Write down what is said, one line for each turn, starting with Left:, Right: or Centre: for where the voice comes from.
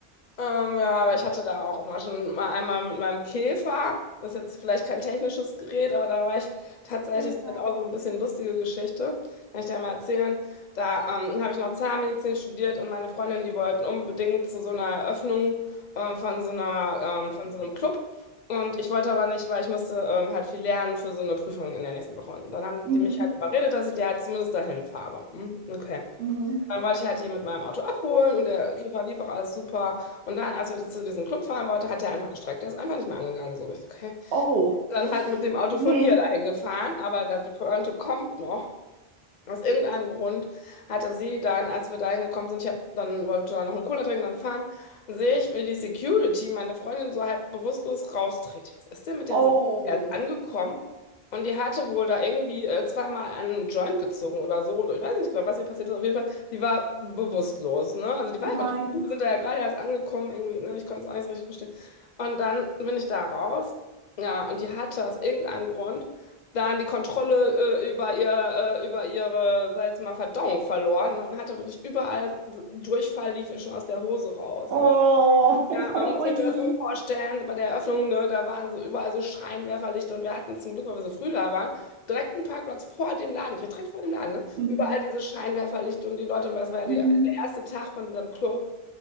Left: Ähm, ja, aber ich hatte da auch immer schon mal einmal mit meinem Käfer. Das ist jetzt vielleicht kein technisches Gerät, aber da war ich tatsächlich,
Right: ja.
Left: das ist auch so ein bisschen lustige Geschichte, kann ich dir ja mal erzählen. Da ähm, habe ich noch Zahnmedizin studiert und meine Freundin, die wollten unbedingt zu so einer Eröffnung äh, von so einer, ähm, von so einem Club. Und ich wollte aber nicht, weil ich musste ähm, halt viel lernen für so eine Prüfung in der nächsten Woche. Und dann haben
Right: Mhm.
Left: die mich halt überredet, dass ich die halt zumindest dahin fahre. Hm, Okay.
Right: Mhm.
Left: Dann wollte ich halt die mit meinem Auto abholen und der Käfer lief auch alles super. Und dann, als wir zu diesem Club fahren wollten, hat der einfach gestreckt. Der ist einfach nicht mehr angegangen. So, ich, so, okay.
Right: Oh,
Left: Dann halt mit dem Auto von
Right: nee.
Left: ihr dahin gefahren, aber da, die Pointe kommt noch. Aus irgendeinem Grund hatte sie dann, als wir da hingekommen sind, ich hab, dann wollte da noch eine Cola trinken, dann fahren, sehe ich, wie die Security meine Freundin so halb bewusstlos rausträgt. Was ist denn mit dem?
Right: Oh,
Left: Wir Sind erst angekommen und die hatte wohl da irgendwie äh, zweimal an einem Joint gezogen oder so. Oder ich weiß nicht genau, was ihr passiert ist. Auf jeden Fall, die war bewusstlos, ne? Also die war,
Right: nein.
Left: und wir sind da ja gerade erst angekommen, irgendwie, ne? Ich konnte es auch nicht so richtig verstehen. Und dann bin ich da raus, ja, und die hatte aus irgendeinem Grund dann die Kontrolle äh, über ihr, äh, über ihre, sag ich jetzt mal, Verdauung verloren, ne, und hatte wirklich überall Durchfall, lief ihr schon aus der Hose raus,
Right: Oh,
Left: ne? Ja,
Right: <laughs> oh
Left: man muss sich das
Right: je.
Left: so vorstellen, bei der Eröffnung, ne, da waren so überall so Scheinwerferlichter und wir hatten zum Glück, weil wir so früh da waren, direkt einen Parkplatz vor dem Laden, gekriegt, direkt vor dem Laden, ne?
Right: Mhm.
Left: Überall diese Scheinwerferlichter und die Leute, weil es war ja die,
Right: Mhm.
Left: der erste Tag von diesem Club.